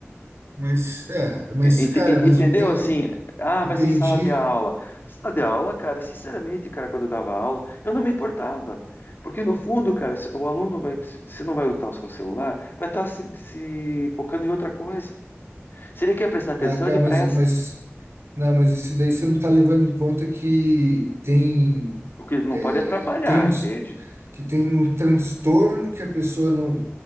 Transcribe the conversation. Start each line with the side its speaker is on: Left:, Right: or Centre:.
Right: Mas, é, mas,
Left: Ent-
Right: cara,
Left: ent-
Right: mas
Left: Entendeu?
Right: eu tenho.
Left: Assim, ah,
Right: Entendi.
Left: mas em sala de aula. Sala de aula, cara, sinceramente, cara, quando eu dava aula, eu não me importava. Porque no fundo, cara, se- o aluno vai, se se não vai lutar com o celular, vai estar se, se focando em outra coisa. Se ele quer prestar atenção,
Right: Ah, cara,
Left: ele presta.
Right: mas, mas. Não, mas isso daí você não tá levando em conta que tem.
Left: O que não
Right: É,
Left: pode atrapalhar,
Right: trans,
Left: entende?
Right: que tem um transtorno que a pessoa não.